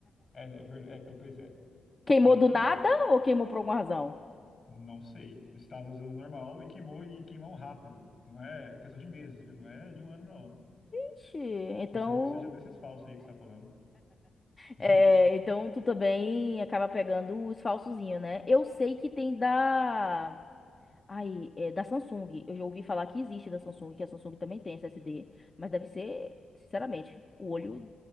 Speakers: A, on the left; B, on the left.
A: É, é verdade. É, pois é.
B: Queimou
A: Isso daí é
B: do
A: outra
B: nada
A: história.
B: ou queimou por alguma razão?
A: Não sei. Eu estava usando normal e queimou e queimou rápido. Não é questão de meses, viu? Não é de um ano, não.
B: Ixi, Então,
A: Possível que seja desses falsos aí que você está falando. <laughs>
B: é, então tu também acaba pegando os falsozinhos, né? Eu sei que tem da Aí é da Samsung. Eu já ouvi falar que existe da Samsung, que a Samsung também tem SSD, mas deve ser, sinceramente, o olho